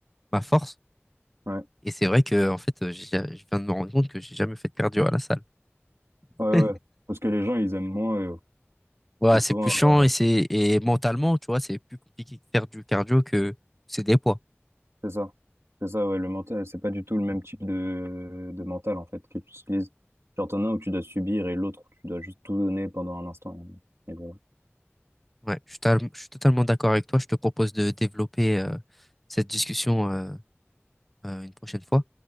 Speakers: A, in the centre; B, on the right (about 75°).
A: ma force.
B: ouais,
A: Et c'est vrai que, en fait, euh, j'ai- ja-, je viens de me rendre compte que j'ai jamais fait de cardio à la salle.
B: ouais,
A: <laughs>
B: ouais. Parce que les gens, ils aiment moins, euh,
A: Ouais,
B: et souvent,
A: c'est plus chiant
B: euh,
A: et c'est et mentalement, tu vois, c'est plus compliqué de faire du cardio que c'est des poids.
B: c'est ça. C'est ça, ouais, le mental, c'est pas du tout le même type de, de mental, en fait, que tu utilises. Genre, t'en as un où tu dois subir et l'autre où tu dois juste tout donner pendant un instant. Et voilà.
A: Ouais, je suis, tal- je suis totalement d'accord avec toi. Je te propose de développer euh, cette discussion euh, euh, une prochaine fois.